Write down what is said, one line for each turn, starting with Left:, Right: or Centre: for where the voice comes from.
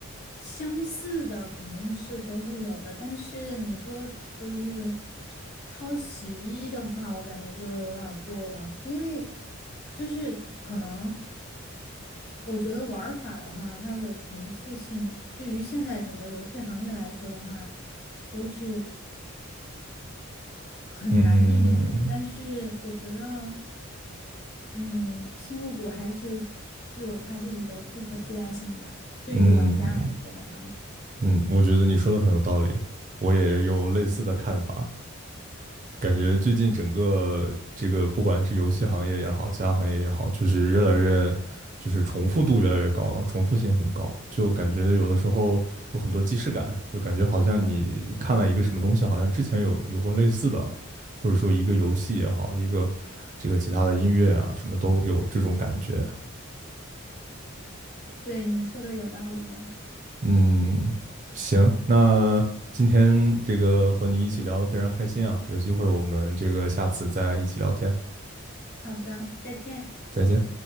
Left: 相似的肯定是都会有的，但是你说就是抄袭的话，我感觉就有点儿过了，因为就是可能我觉得玩儿法的话，它的重复性对于现在整个游戏行业来说的话，都是很难避免的。
Right: 嗯
Left: 但是我觉得，嗯，星露谷还是具有它自己的不可替代性吧。对于玩家来说的话，
Right: 嗯。嗯，我觉得你说的很有道理，我也有类似的看法。感觉最近整个这个，不管是游戏行业也好，其他行业也好，就是越来越，就是重复度越来越高了，重复性很高，就感觉有的时候有很多既视感，就感觉好像你看了一个什么东西，好像之前有有过类似的，或者说一个游戏也好，一个这个其他的音乐啊，什么都有这种感觉。
Left: 对你说的有道理的。
Right: 嗯，行，那今天这个和你一起聊的非常开心啊，有机会我们这个下次再一起聊天，
Left: 好的，再见。
Right: 再见。